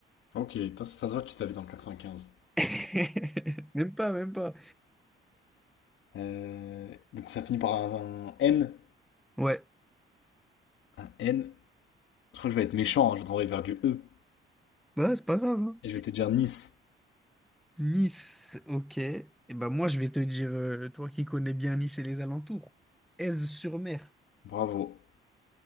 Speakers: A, on the left; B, in the centre.
A: Ok, toi, ça, ça se voit, tu t'habites dans le 95.
B: <laughs> Même pas, même pas.
A: Euh, donc ça finit par un, un N.
B: Ouais.
A: Un N. Je crois que je vais être méchant, hein, je vais t'envoyer vers du E.
B: Bah, c'est pas grave. hein.
A: Et je vais te dire Nice.
B: Nice, ok. Et ben moi, je vais te dire, euh, toi qui connais bien Nice et les alentours, Aise-sur-Mer.
A: Bravo.